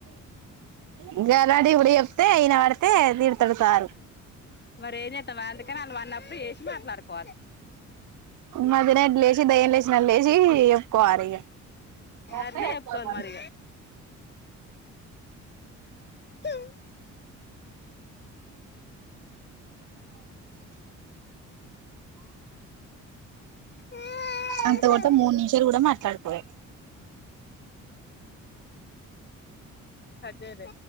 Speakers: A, on the right (about 80°); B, on the left (about 35°).
A: ఇంగ రాడు ఇవిడ చెప్తే ఇనబడితే తిడతాడు సారు
B: మరి ఏంజెత్తవా అందుకని ఆళ్ళు నువ్వు అన్నప్పుడు చేసి మాట్లాడుకోవాలి
A: మధుగాడ్ లేసి దయ్యం లేచిన లేచి ఎప్పుకోవాలి ఇగ గట్నే
B: అట్నే చెప్పుకోవాలి
A: ఫోర్
B: మరి ఇగ అదేలే
A: అంతవాత మూడు నిమిషాలు కూడా మాట్లాడుకోలేం
B: హదేరె